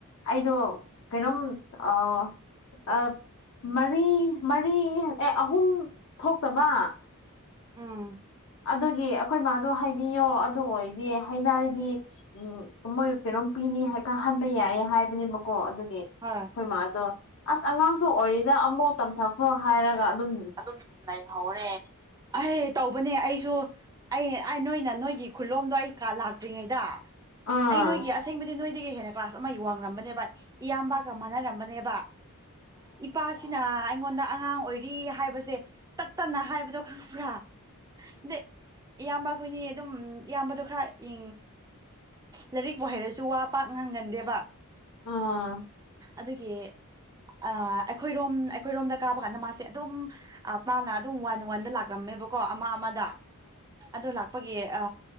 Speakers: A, on the left; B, on the right.
A: ꯑꯩꯗꯣ ꯀꯩꯅꯣꯝ ꯑ ꯑ ꯃꯔꯤ ꯃꯔꯤ ꯑꯦ ꯑꯍꯨꯝ ꯊꯣꯛꯇꯕ
B: ꯎꯝ
A: ꯑꯗꯨꯒꯤ ꯑꯩꯈꯣꯏ ꯃꯥꯗꯣ ꯍꯥꯏꯕꯤꯌꯣ ꯑꯗꯨ ꯑꯣꯏꯔꯗꯤ ꯍꯥꯏꯅꯔꯗꯤ ꯎꯝ ꯃꯣꯏ ꯀꯩꯅꯣꯝ ꯄꯤꯅꯤ ꯀꯥꯍꯟꯕ ꯌꯥꯏꯌꯦ ꯍꯥꯏꯕꯅꯦꯕꯀꯣ ꯑꯗꯨꯒꯤ
B: ꯍꯣꯏ
A: ꯈꯣꯏ ꯃꯥ ꯑꯗꯣ ꯑꯁ ꯑꯉꯥꯡꯁꯨ ꯑꯣꯏꯔꯤꯗ ꯑꯃꯨꯛ ꯇꯝꯊꯈ꯭ꯔꯣ ꯍꯥꯏꯔꯒ ꯑꯗꯨꯝ
B: ꯑꯗꯨꯝ ꯂꯩꯍꯧꯔꯦ ꯑꯩ ꯇꯧꯕꯅꯦ ꯑꯩꯁꯨ ꯑꯩ ꯑꯩ ꯅꯣꯏꯅ ꯅꯣꯏꯒꯤ ꯈꯨꯂꯣꯝꯗꯣ ꯑꯩ ꯂꯥꯛꯇ꯭ꯔꯤꯉꯩꯗ
A: ꯑꯣ
B: ꯑꯩ ꯅꯣꯏꯒꯤ ꯑꯁ ꯑꯁꯦꯡꯕꯗꯤ ꯅꯣꯏꯗꯒꯤ ꯍꯦꯟꯅ ꯀ꯭ꯂꯥꯁ ꯑꯃ ꯋꯥꯡꯉꯝꯕꯅꯦꯕ ꯏꯌꯥꯝꯕꯀ ꯃꯥꯟꯅꯔꯝꯕꯅꯦꯕ ꯏꯄꯥꯁꯤꯅ ꯑꯩꯉꯣꯟꯗ ꯑꯉꯥꯡ ꯑꯣꯏꯔꯤ ꯍꯥꯏꯕꯁꯦ ꯇꯠ ꯇꯅ ꯍꯥꯏꯕꯗꯣ ꯈꯪꯕ꯭ꯔꯥꯗꯦ ꯏꯌꯥꯝꯕ ꯑꯩꯈꯣꯏꯅꯤ ꯑꯗꯨꯝ ꯏꯌꯥꯝꯕꯗꯣ ꯈꯔ ꯌꯦ ꯂꯥꯏꯔꯤꯛꯄꯨ ꯍꯩꯔꯁꯨ ꯋꯥ ꯄꯥꯛ ꯉꯪꯒꯟꯗꯦꯕ
A: ꯑ
B: ꯑꯗꯨꯒꯤ ꯑ ꯑꯩꯈꯣꯏꯔꯣꯝ ꯑꯩꯈꯣꯏꯔꯣꯝꯗ ꯀꯥꯕ ꯀꯥꯟꯗ ꯃꯥꯁꯦ ꯑꯗꯨꯝ ꯑ ꯃꯥꯅ ꯑꯗꯨꯝ ꯋꯥꯟ ꯋꯥꯟꯗ ꯂꯥꯛꯂꯝꯃꯦꯕꯀꯣ ꯑꯃ ꯑꯃꯗ ꯑꯗꯣ ꯂꯥꯛꯄꯒꯤ ꯑ